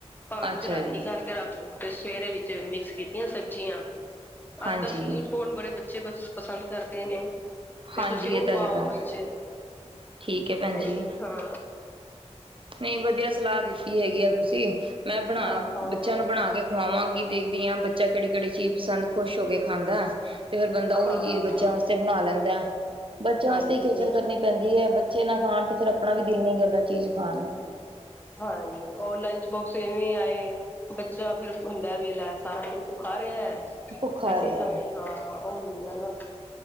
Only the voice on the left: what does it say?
ਭਾਵੇਂ ਤੁਸੀਂ
ਰਾਤੀ
ਕਰਕੇ ਰੱਖ ਲਓ‌। ਤੇ ਸਵੇਰੇ ਵਿੱਚ ਮਿਕਸ ਕੀਤੀਆਂ ਸਬਜ਼ੀਆਂ
ਅੱਜ ਕੱਲ੍ਹ ਸਵੀਟ ਕੌਣ ਬੜੇ ਬੱਚੇ ਪਸੰਦ। ਕਰਦੇ ਨੇ। ਤੇ
ਤੁਸੀਂ ਉਹ
ਪਾਓ
ਵਿਚ
ਤੇ
ਹਾਂ।
ਹਾਂ ਹਾਂ
ਹਾਂ
ਹਾਂਜੀ
ਹਾਂਜੀ ਔਨਲਾਈਨ ਲੰਚ ਬੋਕਸ ਐਵੀਂ ਆਏ। ਬੱਚਾ ਫੇਰ ਹੁੰਦਾ ਵੀ ਲੈ ਸਾਰਾ ਦਿਨ ਭੁੱਖਾ ਰਿਹਾ,
ਤੇ ਅਸੀਂ
ਸੌਈਏ। ਉਹੀ ਹੈ ਨਾ,